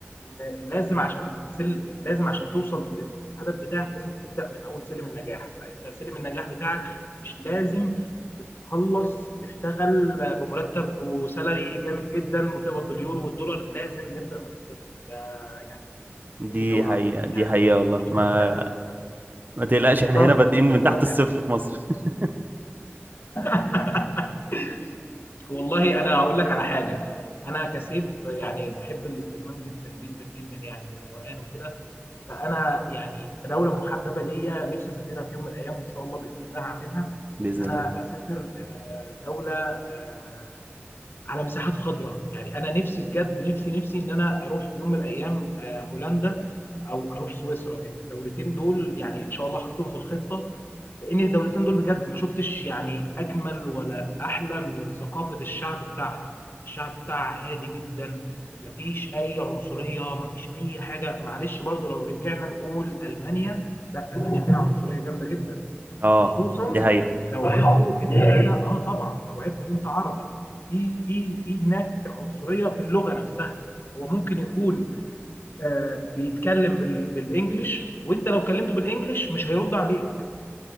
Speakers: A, on the left; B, on the right.
A: إن لازم عشان سل لازم عشان توصل للهدف بتاعك لازم تبدأ من أول سلم النجاح، فأنت سلم النجاح بتاعك مش لازم تتخلص تشتغل بمرتب وsalary جامد جدًا وتقبض باليورو والدولار، لازم نبدأ من الصفر، ده يعني
B: دي
A: في أي دولة
B: حقيقه
A: عمومًا
B: دي
A: يعني،
B: حقيقه والله
A: مش
B: ما
A: هنتكلم مثلًا
B: ما تقلقش احنا
A: بالضبط،
B: هنا بادئين من
A: بالضبط
B: تحت الصفر
A: يعني
B: في مصر <laughs>
A: <laughs> والله انا هقول لك على حاجه انا كسيف يعني بحب الاستجمام جدا جدا جدا يعني والروقان وكده فانا يعني كدوله محببه ليا نفسي اسافرها في يوم من الايام وان شاء الله باذن الله هعملها
B: باذن
A: ان انا
B: الله
A: اسافر آه، دوله آه، على مساحات خضراء يعني انا نفسي بجد نفسي نفسي ان انا اروح في يوم من الايام آه، هولندا او اروح سويسرا الدولتين دول يعني ان شاء الله حاططهم في الخطه لان الدولتين دول بجد ما شفتش يعني اجمل ولا احلى من ثقافه الشعب بتاعها الشعب بتاعها هادي جدا مفيش اي عنصريه مفيش اي حاجه معلش برضو لو رجعنا نقول المانيا لا المانيا فيها عنصريه جامده جدا
B: اه
A: خصوصا
B: دي حقيقه
A: لو أيوه. عرفوا ان انت اه طبعا لو عرفوا ان انت عربي في في في هناك عنصريه في اللغه نفسها هو ممكن يكون آه بيتكلم بال- بالانجلش وانت لو كلمته بالانجلش مش هيرد عليك